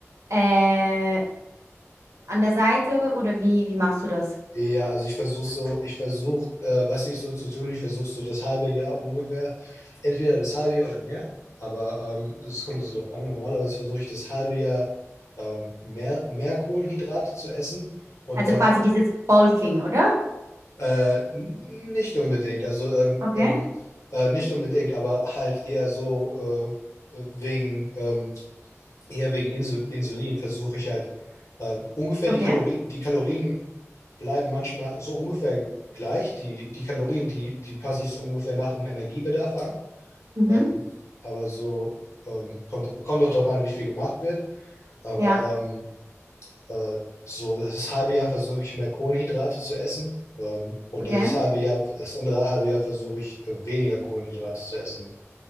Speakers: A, on the right; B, on the left.
A: äh, an der Seite oder wie, wie machst du das?
B: Ja, also ich versuche so, ich versuche, äh, was ich so zu tun, ich versuche so das halbe Jahr ungefähr, entweder das halbe Jahr oder mehr, aber ähm, es kommt also darauf an. Normalerweise versuche ich das halbe Jahr ähm, mehr, mehr Kohlenhydrate zu essen und
A: Also
B: dann
A: quasi dieses Bulking, oder?
B: äh, nicht unbedingt, also ähm,
A: Okay,
B: ähm, äh, nicht unbedingt, aber halt eher so äh, wegen, ähm, eher wegen Insul Insulin versuche ich halt ähm, ungefähr
A: okay,
B: die Kalorien, die Kalorien bleiben manchmal so ungefähr gleich. Die, die Kalorien, die, die passe ich so ungefähr nach dem Energiebedarf an.
A: Mhm,
B: Ähm, aber so ähm, kommt, kommt auch darauf an, wie viel gemacht wird. Aber
A: ja.
B: ähm, äh, so das halbe Jahr versuche ich mehr Kohlenhydrate zu essen. Ähm, und
A: okay,
B: das halbe Jahr, das andere halbe Jahr versuche ich äh, weniger Kohlenhydrate zu essen.